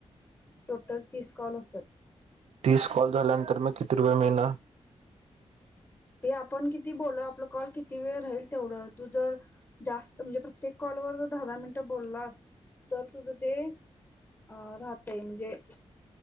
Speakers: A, on the left; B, on the right.
A: टोटल तीस कॉल असतात.
B: तीस कॉल झाल्यानंतर मग किती रुपये मिळणार.
A: ते आपण किती बोलू आपलं कॉल किती वेळ राहील, तेवढं तू जर जास्त म्हणजे प्रत्येक कॉलवर जर दहा, दहा मिनिटं बोलास तर तुझं ते अं राहते म्हणजे